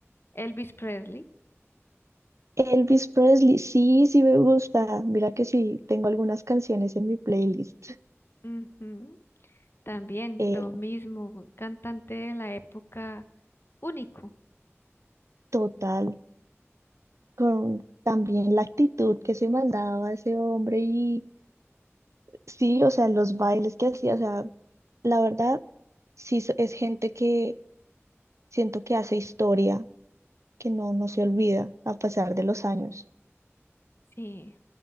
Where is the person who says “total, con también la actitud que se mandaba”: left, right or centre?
Right